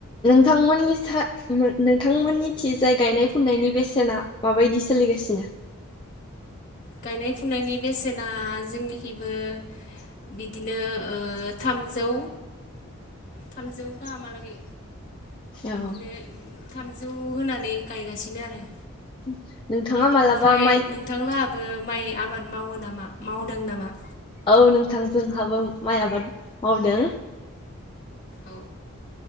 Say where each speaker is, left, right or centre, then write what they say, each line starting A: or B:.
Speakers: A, on the left; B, on the left.
A: नोंथांमोननि स नोंथांमोननि थि जाय गायनाय फुनायनि बेसेना माबायदि सोलिगासिनो?
B: गायनाय फुनायनि बेसेना जोंनिखिबो बिदिनो ओ थामजौ थामजौ गाहामालागै
A: औ
B: बिदिनो थाम जौ होनानै गायगासिनो आरो।
A: <inaudible> मालाबा
B: ओमफ्राय
A: माइ
B: नोंथांलाबो माइ आबाद मावो नामा मावदों नामा?
A: औ नोंथां जोंहाबो माइ आबाद मावदों।
B: औ